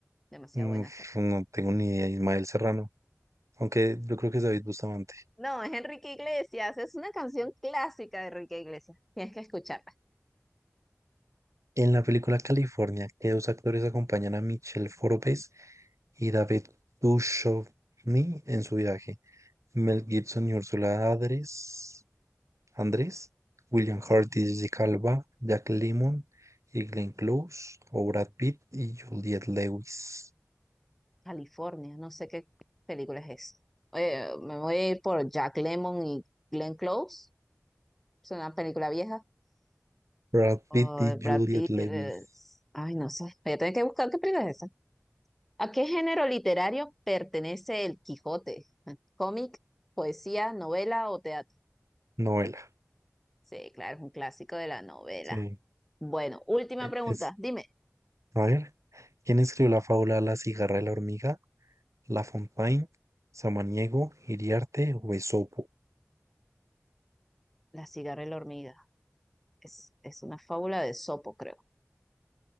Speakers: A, in the centre; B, on the right (about 75°).
A: Demasiado
B: Uf,
A: buena soy.
B: no tengo ni idea. Ismael Serrano. Aunque yo creo que es David Bustamante.
A: No, es Enrique Iglesias, es una canción clásica de Enrique Iglesias. Tienes que escuchar.
B: En la película California, ¿qué dos actores acompañan a Michelle Forbes y David Duchovny en su viaje? Mel Gibson y Ursula Andress, Andrés, William Hurt y Jessica Alba, Jack Lemmon y Glenn Close, o Brad Pitt y Juliette Lewis.
A: California, no sé qué película es esa. Oye, me voy a ir por Jack Lemmon y Glenn Close, es una película vieja.
B: Brad
A: O
B: Pitt y
A: Brad
B: Juliette
A: Pitt, eh,
B: Lewis.
A: ay, no sé, voy a tener que buscar qué película es esa. ¿A qué género literario pertenece El Quijote? ¿Cómic, poesía, novela o teatro?
B: Novela.
A: Sí, claro, es un clásico de la novela.
B: Sí.
A: Bueno, última
B: E-
A: pregunta,
B: Es,
A: dime,
B: a ver, ¿quién escribió la fábula La cigarra y la hormiga? La Fontaine, Samaniego, Iriarte o Esopo?
A: La cigarra y la hormiga. Es, es una fábula de Sopo, creo.